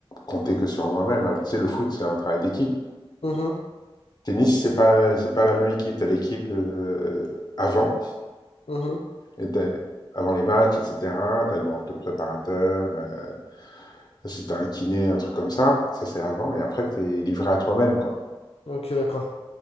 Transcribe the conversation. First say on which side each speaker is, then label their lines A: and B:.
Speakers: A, on the left (about 45°); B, on the left (about 80°).
A: compter que sur moi-même. Alors, tu sais, le foot, c'est un travail d'équipe.
B: Mhm,
A: Tennis, c'est pas c'est pas la même équipe. T'as l'équipe, heu, avant
B: mhm.
A: et tu avant les matchs et cetera. Tu as ton préparateur, heu, si t'as un kiné, un truc comme ça, ça, c'est avant et après, t'es livré à toi-même, quoi.
B: Ok, d'accord.